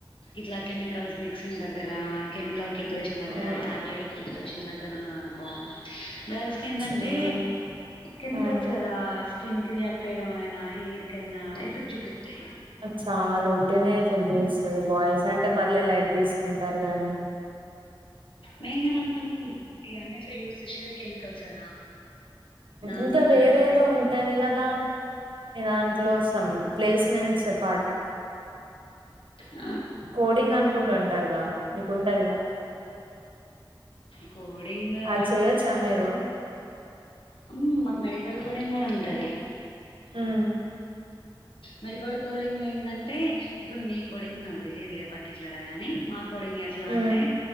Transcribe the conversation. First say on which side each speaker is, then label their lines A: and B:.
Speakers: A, on the left; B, on the right.
A: ఇట్లా కెమికల్స్ మిక్సింగ్ గ రా కెమికల్ కెమ్ ప్రిపేరషన్ దగ్గర
B: ఆ
A: టాబ్లెట్ ప్రిపరేషన్ దగ్ ద ఉన్న అనుకో గర్ల్స్ కి ఏందంటే
B: చిన్న
A: కెమికల్స్
B: ఆ
A: కదా స్కిన్ క్రియాక్ట్ పేడమైనా హెయిర్కయినా ఎఫెక్ట్ చూపిస్తాయి
B: చాలా ఉట్టిగనే ఫెబ్రస్తది బాయ్స్ అంటే పర్లే లైట్ తీసుకుంటరు. గానీ
A: మెయిన్ గా మనము ఇగ అన్నిటి లో యూస్ చేసేదే కెమికల్స్ కదా దాని
B: ఇంకా
A: వల్ల
B: వేరే
A: ఎఫెక్ట్
B: ఏదో
A: అవుతుంది
B: ఉంటది కదా. మీ దాంట్లో సమ్ ప్లేస్మెంట్స్ అపార్ట్
A: ఆ
B: కోడింగ్ అనుకుంట ద నీకుంటది
A: కోడింగ్ ఆ
B: అది చేయొచ్చా మీరు
A: ఉమ్ మాకు మెడికల్ కోడింగ్ కూడా ఉంటది
B: ఉమ్
A: మరి కూడ కోడింగ్ లేందంటే ఇప్పుడు మీ కోడింగ్ నా దగ్గర లేదు పర్టికులర్గా నే మా కోడింగ్ ఎట్లా అంటే
B: ఉమ్